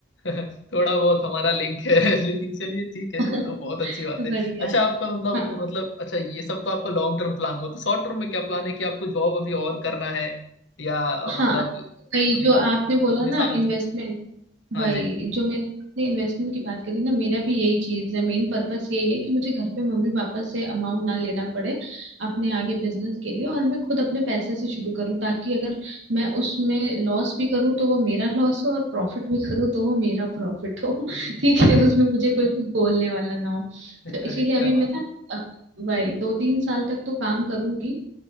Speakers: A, on the left; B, on the right.
A: <laughs> थोड़ा बहुत हमारा लिंक है <laughs> लेकिन चलिए ठीक है
B: <laughs>
A: वो तो बहुत अच्छी बात है
B: बढ़िया
A: अच्छा आपका मतलब
B: हाँ
A: मतलब अच्छा ये सब तो आपका लॉन्ग टर्म प्लान हुआ तो शॉर्ट टर्म में क्या प्लान है कि आपको जॉब अभी और करना है या
B: हाँ
A: मतलब
B: तो कई
A: अभी
B: जो आपने बोला
A: कितने
B: ना
A: सालों
B: इन्वेस्टमेंट
A: तक हाँ
B: वही
A: जी
B: जो मैं ने इन्वेस्टमेंट की बात करी ना मेरा भी यही चीज है मेन पर्पस यही है कि मुझे घर पे मम्मी पापा से अमाउंट ना लेना पड़े अपने आगे बिजनेस के लिए और मैं खुद अपने पैसे से शुरू करूँ ताकि अगर मैं उसमें लॉस भी करूँ तो वो मेरा लॉस हो और प्रॉफिट भी करूँ तो वो मेरा प्रॉफिट हो <laughs>
A: अरे
B: ठीक
A: अरे
B: है उसमें मुझे कोई कुछ बोलने वाला ना हो
A: अरे
B: तो इसीलिए
A: क्या
B: अभी
A: बात
B: मैं ना
A: है
B: अ, वही दो तीन साल तक तो काम करूंगी